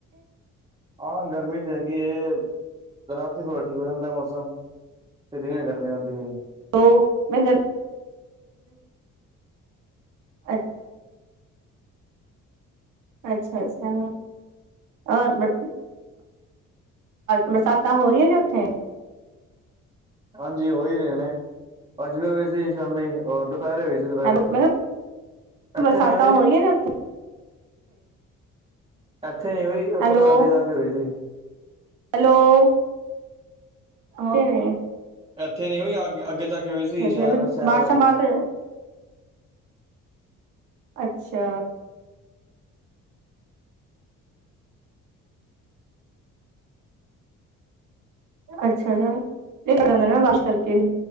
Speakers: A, on the right (about 20°); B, on the right (about 85°).
A: ਹਾਂ, ਗਰਮੀ ਤੇ ਹੈਗੀ ਏ। ਰਾਤੀ ਥੋੜ੍ਹਾ ਠੀਕ ਹੋ ਜਾਂਦਾ। ਮੌਸਮ ਤੇ ਦਿਨੇ ਗਰਮੀ ਹੁੰਦੀ ਹੈ।
B: ਓ ਮੈਂ <unintelligible> ਅੱ <inaudible> ਅੱਛਾ, ਅੱਛਾ ਔਰ ਬ - <unintelligible> ਬਰਸਾਤਾਂ, ਹੋ ਰਹੀਆਂ ਨੇ ਉੱਥੇ
A: ਹਾਂਜੀ, ਹੋਈ ਰਹੇ ਨੇ, ਅੱਜ ਵੀ ਹੋਏ ਸੀ ਸ਼ਾਮੀ, ਅ ਦੁਪਹਿਰੇ ਹੋਈ ਦੁਪਹਿਰੇ,
B: ਹੈਲੋ ਮੈਂ ਕਿਹਾ
A: ਇੱਥੇ
B: ਬਰਸਾਤਾਂ
A: ਨੀ ਹੋਈ
B: ਹੋ ਰਹੀਆਂ ਨੇ ਉੱਥੇ
A: ਇੱਥੇ ਨੀ ਹੋਈ, ਉਹ
B: ਹੈਲੋ
A: ਥੋੜਾ ਅੱਗੇ ਜਾ ਕੇ ਹੋਈ ਸੀ।
B: ਹੈਲੋ, ਹਾ ਭੈਣੇ
A: ਇੱਥੇ ਨੀ ਹੋਈ, ਅ ਅੱਗੇ ਜਾ ਕੇ ਹੋਈ
B: ਅੱਛਾ
A: ਸੀ।
B: ਅੱਛਾ
A: ਸ਼ਹਿਰ
B: ਵੀ
A: ਸ਼ਹਿਰ ਵੱਲ
B: <unintelligible> ਅੱਛਾ। ਅੱਛਾ ਜਾ ਜਾਂਦਾ ਨਾ <unintelligible> ਵਾਸ਼ ਕਰਕੇ ਵੀ।